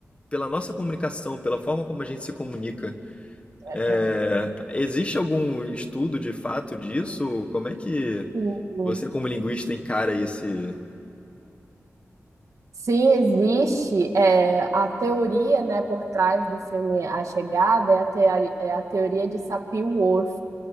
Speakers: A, on the left (about 25°); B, on the right (about 85°).
A: pela nossa comunicação, pela forma como a gente se comunica.
B: É,
A: É,
B: é.
A: existe algum estudo de fato disso? Como é que
B: Sim,
A: você, como linguista, encara esse.
B: Sim, existe é, a teoria, né, por trás do filme A Chegada é a, teori- é a teoria de Sapir-Whorf.